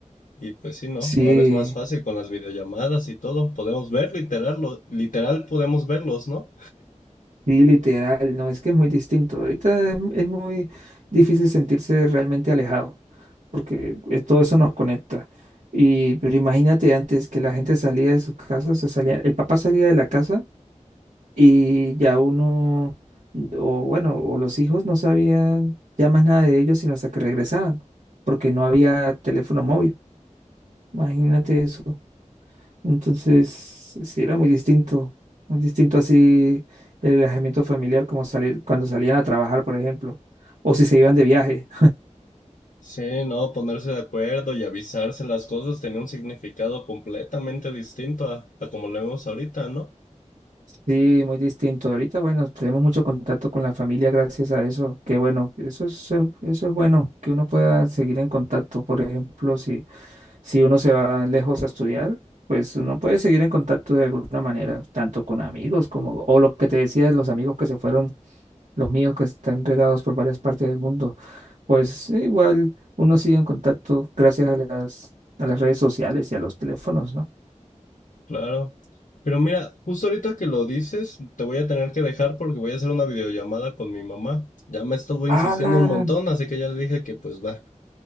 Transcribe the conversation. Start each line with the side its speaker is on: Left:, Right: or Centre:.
Left: Y pues sí, ¿no?
Right: Sí,
Left: Ahora es más fácil con las videollamadas y todo. Podemos ver literal, lo- literal podemos verlos, ¿no?
Right: sí, literal, no, es que es muy distinto. Ahorita es, es muy difícil sentirse realmente alejado, porque es- todo eso nos conecta. Y pero imagínate antes que la gente salía de sus casas, o sea, salía, el papá salía de la casa y ya uno, o bueno, o los hijos no sabían ya más nada de ellos sino hasta que regresaban, porque no había teléfono móvil. Imagínate eso. Entonces, sí era muy distinto, muy distinto así el alejamiento familiar como salir cuando salían a trabajar, por ejemplo, o si se iban de viaje.
Left: Sí, no, ponerse de acuerdo y avisarse las cosas tenía un significado completamente distinto a, a como lo vemos ahorita, ¿no?
Right: Sí, muy distinto. Ahorita, bueno, tenemos mucho contacto con la familia gracias a eso. Qué bueno, eso es, eso es bueno, que uno pueda seguir en contacto, por ejemplo, si Si uno se va lejos a estudiar, pues uno puede seguir en contacto de alguna manera, tanto con amigos como, o lo que te decía de los amigos que se fueron, los míos que están regados por varias partes del mundo, pues eh, igual uno sigue en contacto gracias a las, a las redes sociales y a los teléfonos, ¿no? <laughs>
Left: Claro. Pero mira, justo ahorita que lo dices, te voy a tener que dejar porque voy a hacer una videollamada con mi mamá. Ya me estuvo insistiendo
Right: Ah,
Left: un montón, así que ya le dije que pues va.